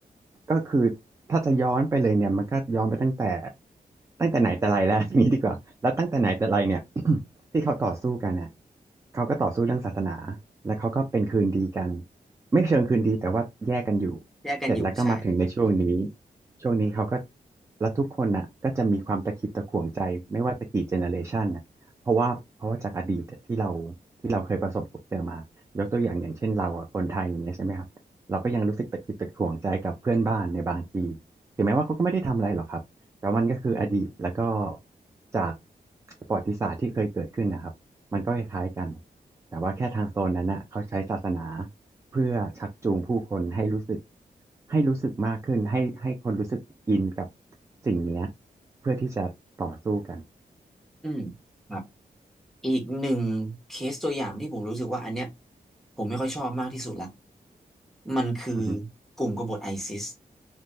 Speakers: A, on the right (about 20°); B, in the centre.
A: ก็คือถ้าจะย้อนไปเลยเนี่ยมันก็ย้อนไปตั้งแต่ตั้งแต่ไหนแต่ไรแล้ว <laughs> อย่างนี้ดีกว่าแล้วตั้งแต่ไหนแต่ไรเนี่ย <clears throat> <coughs> ที่เขาต่อสู้กันเนี่ยเขาก็ต่อสู้เรื่องศาสนาแล้วเขาก็เป็นคืนดีกันไม่เชิงคืนดีแต่ว่าแยกกันอยู่
B: แยกกันอยู่ใช่
A: เสร็จแล้วก็มาถึงในช่วงนี้ช่วงนี้เขาก็แล้วทุกคนน่ะก็จะมีความตะขิดตะขวงใจไม่ว่าจะกี่เจเนอเรชัน เพราะว่าเพราะว่าจากอดีตที่เราที่เราเคยประสบพบเจอมายกตัวอย่างอย่างเช่นเราอะคนไทยอย่างเงี้ยใช่ไหมครับเราก็ยังรู้สึกตะขิดตะขวงใจกับเพื่อนบ้านในบางทีถึงแม้ว่าเขาก็ไม่ได้ทำอะไรหรอกครับแต่มันก็คืออดีตแล้วก็จากประวัติศาสตร์ที่เคยเกิดขึ้นนะครับมันก็คล้ายๆกันแต่ว่าแค่ทางโซนนั้นนะเขาใช้ศาสนาเพื่อชักจูงผู้คนให้รู้สึกให้รู้สึกมากขึ้นให้ให้คนรู้สึกอินกับสิ่งเนี้ยเพื่อที่จะต่อสู้กัน
B: อืมครับอีกหนึ่งเคสตัวอย่างที่ผมรู้สึกว่าอันเนี้ยผมไม่ค่อยชอบมากที่สุดละมันคือ
A: อือฮึ
B: กลุ่มกบฏไอซิส